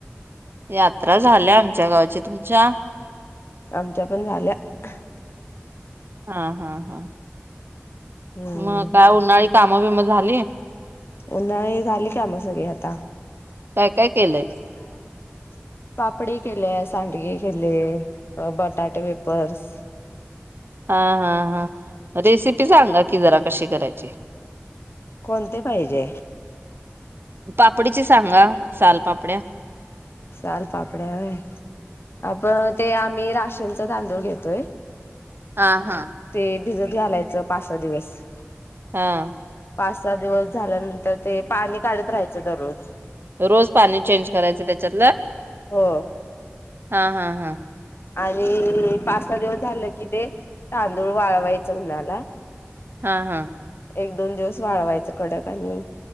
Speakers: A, on the right; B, on the left.
A: यांत्रा झाल्यां आमच्यां गांवची तुमच्यां
B: आमच्यां पणं झाल्यां
A: हां हां हां
B: हम्म
A: मंग कायं उन्हांळी कामं बिम झालीं
B: उन्हांळी झालीं कामं मगं सगळीं आंता
A: कायं कायं केलंय
B: हम्मं पापडी केले सांडगे केले बटाटे वेफर्स
A: हां हां हां रेसिपी सांगा कि जरां कशी करायची
B: कोणंते पाहिजे
A: पापडीची सांगा सालपापड्यां
B: सालपापड्यांय आपणं ते आम्हीं राशनचां तांदूळ घेतोय
A: हां हां
B: ते भिजतं घालायचं पांच सहा दिवसं
A: हां
B: पांच सहा दिवसं झाल्यांनंतर ते पाणी काढतं रहाचं दररोज
A: रोज पाणी चेंज करायचं त्यांच्यातलं
B: हो
A: हां हां हां
B: आणि पांच सहा दिवसं झालं की ते तांदूळ वाळवायचं उन्हांला
A: हां हां
B: एक दोन दिवसं वाळवायचं कडक आणि